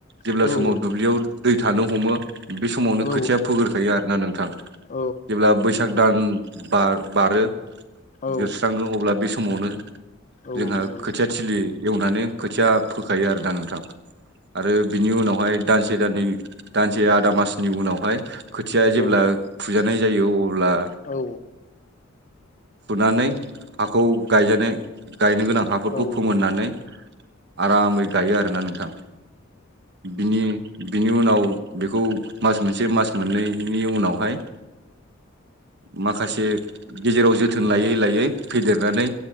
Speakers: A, on the right; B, on the left.
A: जेब्ला
B: औ औ
A: समाव दुब्लियाव दै थानो हमो बे समावनो
B: औ
A: खोथिया फोगोरखायो आरोना नोंथां।
B: औ
A: जेब्ला बैसाग दान बा -बारो
B: औ
A: जोबस्राङो अब्ला बे समावनो
B: औ
A: जोंहा
B: नंगौ नंगौ
A: खोथिया थिलि एवनानै खोथिया फोखायो आरो ना नोंथां। आरो बिनि उनावहाय दानसे दाननै दानसे आदा मासनि उनावहाय खोथिया
B: औ
A: जेब्ला फुजानाय जायो अब्ला
B: औ
A: फुनानै हाखौ गायजानाय गायनो गोनां हा <unintelligible>
B: औ औ
A: फोमोननानै आरामै गायो आरोना नोंथां बिनि बिनि उनाव बेखौ मास मोनसे मास मोननैनि उनावहाय माखासे गेजेराव जोथोन लायै -लायै फेदेरनानै